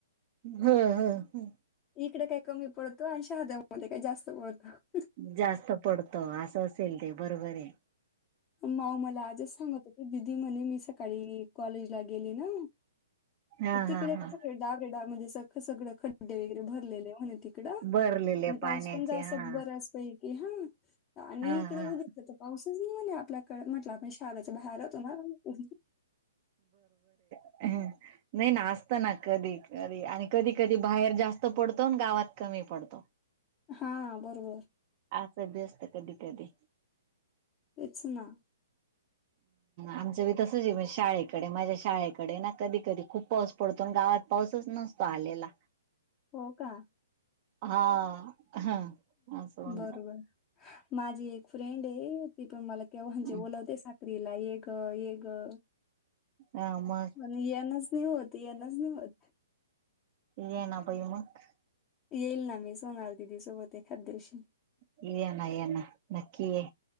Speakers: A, on the right; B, on the left.
A: हो हो हो
B: इकडे काही कमी पडतो आणि शहाद्या मधे काही जास्त पडतं
A: जास्त पडत असं असेल ते बरोबर आहे
B: माऊ मला आजच सांगत हो की दिदी म्हणे मी सकाळी कॉलेजला गेली ना
A: हा
B: तिकडे
A: हा हा
B: का सगळे डावेे ळे म्हणे सगं खड्डे वगैरे भरलेले म्हणे तिकडं
A: भरलेले
B: आणि
A: पाण्याचे
B: पाऊस पण जास्त
A: हा
B: असतो बर्याच पै हा आणि
A: हा
B: इकडे
A: हा
B: बघितलं तर पाऊसच नि आपल्याकडे म्हटलं म्हणे शाळेच्या बाहेर होतो ना उ
A: हम्म नाही ना असत ना कधी कधी आणि कधी कधी बाहेर जास्त पडतो गावात कमी पडतो
B: हा बरोबर
A: असं व व्यस्त कधी कधी
B: तेच ना
A: आमचं वी तसंच आहे म्हजे शाळेकडे माझ्या शाळेकडे ना कधी कधी खूप पाऊस पडतो गावात पाऊस नसतो आलेला
B: हो का
A: हा हम सग
B: बरोबर
A: जा
B: माझी एक फ्रेंड आहे ती पण मला केव्हा म्हणजे
A: जात
B: बोलावते स्त्रीला एक एक ग
A: हा मग
B: पण येनच नाही होत ते यांनाच नाही होत
A: ये ना बाई मग
B: येईल ना मी सोनल दिदी व सोबते एखाद्या दिवशी
A: येणा येन नक्की या